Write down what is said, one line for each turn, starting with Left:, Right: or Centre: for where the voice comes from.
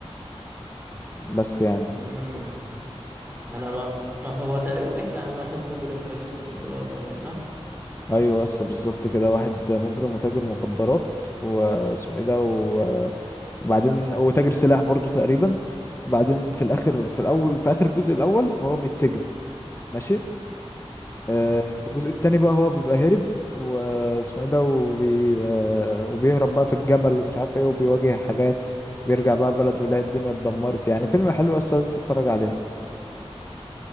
Left: بس يعني
Right: امم انا ما... ما هو تقريبا بيحكي عن واحد مجرم تاجر مخدرات حاجة صح
Left: ايوه بس بالظبط كده واحد مجرم وتاجر مخدرات واسمه ايه ده و... وبعدين وتاجر سلاح برضو تقريبا وبعدين في الاخر في الاول في اخر الجزء الاول هو بيتسجن ماشي آه،
Right: اه
Left: في الجزء التاني بقى هو بيبقى هرب واسمه ايه ده وبي... آه، وبيهرب بقى في الجبل ومش عارف ايه وبيواجه حاجات بيرجع بقى بلده يلاقي الدنيا اتدمرت يعني فيلم حلو بس لازم تتفرج عليه